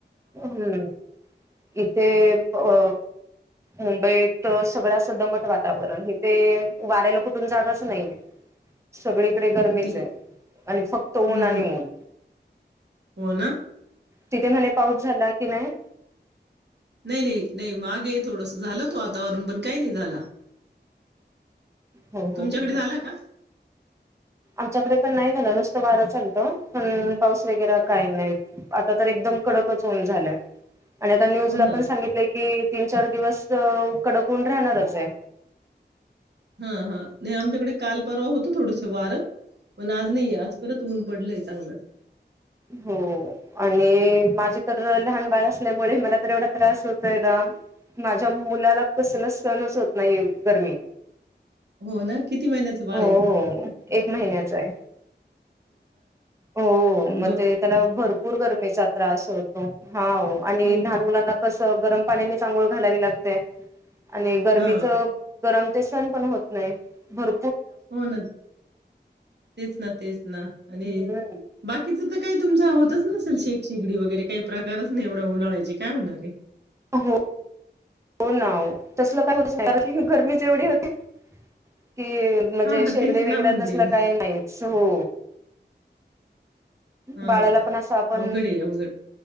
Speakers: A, on the right (about 15°); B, on the right (about 70°).
A: हम्म, इथे अ मुंबईत सगळंच दमट वातावरण इथे वाऱ्याला कुठून जागाच नाही. सगळीकडे
B: हो
A: गरमीच
B: तिक
A: आहे आणि फक्त ऊन
B: हम्म
A: आणि ऊन.
B: हो ना?
A: तिथे म्हणे पाऊस झाला की नाही
B: नाही, नाही, नाही मागे थोडस झालं होत वातावरण, पण काही नाही झाला.
A: हो-हो-हो-हो.
B: तुमच्याकडे झाला का?
A: आमच्याकडे पण नाही झालं नुसतं वारंच आलतं पण पाऊस वगैर काही नाही आता तर एकदम कडकच ऊन झालं आणि आता न्यूज
B: हो
A: ला
B: ना.
A: पण सांगितलय की तीन चार दिवस कडक ऊन राहणारच ये.
B: हा हा नाही आमच्याकडे काल परवा होतो थोडस वारं पण आज नाइये आज परत ऊन पडलंय. <inaudible>
A: हो आणि मा तर लहान बाळ, असल्यामुळे मला तर एवढा त्रास होतोय ना. माझ्या मुलाला कसल सहंनच होत नाही गरमी.
B: हो ना किती, महिन्याच बाळ
A: हो
B: हे
A: एक महिन्याचा आहे. हो
B: हं
A: मग
B: ब
A: ते त्याला भरपूर गरमेचा त्रास होतो हा अहो आणि
B: हो.
A: लहान मुलांना कसं गरम पाण्यानेच आंघोळ घालावी लाग ते, आणि गरमीच.
B: हां.
A: गरम ते सण पण होत नाय भर
B: हो ना तेच ना तेच ना आणि
A: हम्म.
B: बाकीच त ही तुमचा होतच नसेल शेक शेगडी वगैरे काही प्रकारच नाही एवढं उन्हाळ्याची काय होणारे
A: <inaudible> हो ना अहो तसलं काय होत सार गरमीच एवढी होते. कि म्हणजे
B: हां, हां.
A: शेगडी
B: तेच
A: वेगैर
B: ना म्हणते
A: तसल
B: मी.
A: काही नाहीच हो
B: हां.
A: बाळाला पण असं आपण
B: अवघड आहे अवघड.